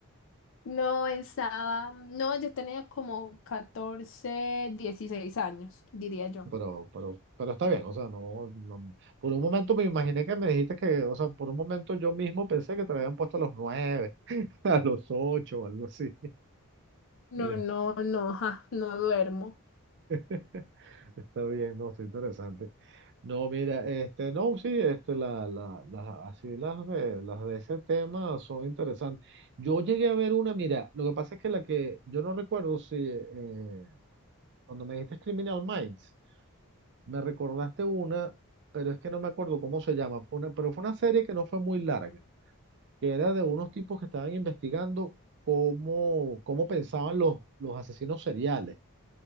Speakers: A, on the left; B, on the right.
A: No, estaba, no, yo tenía como 14 16 años, diría yo.
B: pero, pero, pero está bien, o sea, no, no- por un momento me imaginé que me dijiste que, o sea, por un momento yo mismo pensé que te lo habían puesto a los nueve, <laughs> a los ocho o algo así. <laughs>
A: No, no, no, ja, no duermo.
B: Eh, Está bien, no, está interesante. No, mira, este, no, sí, este, la, la, las- así las de, las de ese tema son interesantes. Yo llegué a ver una, mira, lo que pasa es que la que, yo no recuerdo si, eh, cuando me dijiste es Criminal Minds, Me recordaste una, pero es que no me acuerdo cómo se llama. Fue una, pero fue una serie que no fue muy larga, que era de unos tipos que estaban investigando cómo, cómo pensaban los, los asesinos seriales.